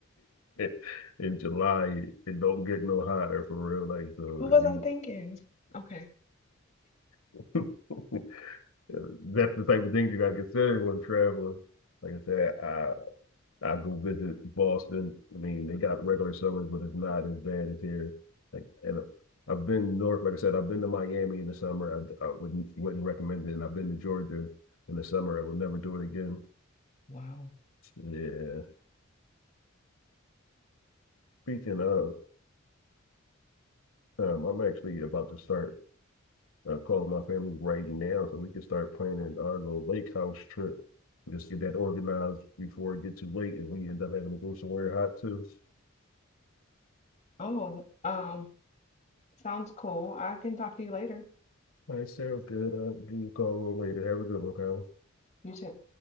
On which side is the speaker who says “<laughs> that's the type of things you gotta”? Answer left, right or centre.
Left